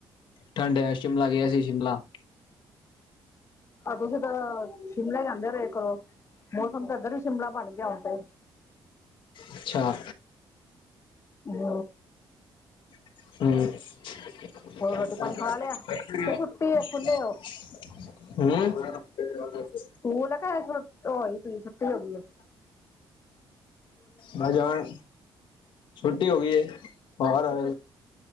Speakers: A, on the left; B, on the left.
A: ਠੰਡ ਏ, ਸ਼ਿਮਲਾ ਗਿਆ ਸੀ। ਸ਼ਿਮਲਾ।
B: ਆਹ ਤੁਸੀਂ ਤਾਂ, ਸ਼ਿਮਲੇ ਜਾਂਦੇ ਰਹੇ ਕਰੋਂ। ਮੌਸਮ ਤਾਂ ਇੱਧਰ ਵੀ, ਸ਼ਿਮਲਾ ਬਣ ਗਿਆ। ਹੁਣ ਤੇ।
A: ਅੱਛਾ।
B: ਹੂੰ।
A: ਹੂੰ।
B: ਹੋਰ ਰੋਟੀ ਪਾਣੀ
A: ਹਮ
B: ਖਾ ਲਿਆ ਕਿ ਛੁੱਟੀ ਹੈ ਸਕੂਲੇ ਉਹ
A: <unintelligible>
B: ਸਕੂਲ ਹੈ ਕਿ ਪਈ, ਛੁੱਟੀ ਹੋ ਗਈ ਏ।
A: ਹ ਜਾਣ। ਛੁੱਟੀ ਹੋ ਗਈ ਹੈ। ਬਰ ਆ